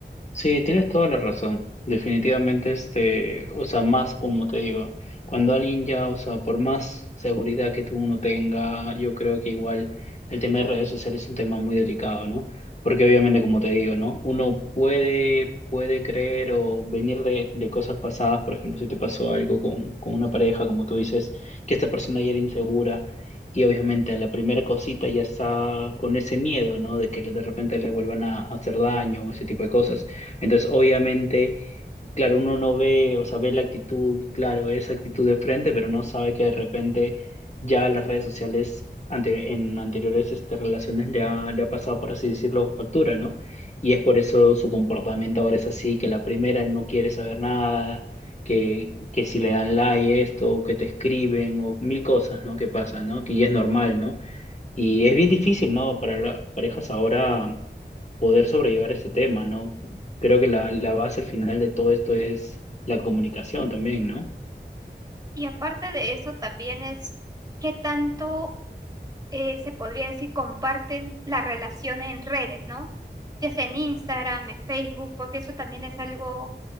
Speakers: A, on the left; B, on the right.
A: Sí, tienes toda la razón. Definitivamente, este, o sea, más como te digo, cuando alguien ya, o sea, por más seguridad que tú uno tenga, yo creo que igual el tema de redes sociales es un tema muy delicado, ¿no? Porque obviamente, como te digo, ¿no? Uno puede, puede creer o venir de, de cosas pasadas, por ejemplo, si te pasó algo con, con una pareja, como tú dices, que esta persona ya era insegura. Y obviamente a la primera cosita ya está con ese miedo, ¿no? De que de repente le vuelvan a hacer daño o ese tipo de cosas. Entonces, obviamente, claro, uno no ve, o sea, ve la actitud, claro, esa actitud de frente, pero no sabe que de repente ya las redes sociales ante- en anteriores este, relaciones le ha, le ha pasado, por así decirlo, factura, ¿no? Y es por eso su comportamiento ahora es así, que la primera no quiere saber nada, que, que si le dan like esto, o que te escriben, o mil cosas, ¿no? Que pasan, ¿no? Que y es normal, ¿no? Y es bien difícil, ¿no? Para las parejas ahora poder sobrellevar este tema, ¿no? Creo que la, la base al final de todo esto es la comunicación también, ¿no?
B: Y aparte de eso, también es qué tanto eh, se podría decir comparten la relación en redes, ¿no? Ya sea en Instagram, en Facebook, porque eso también es algo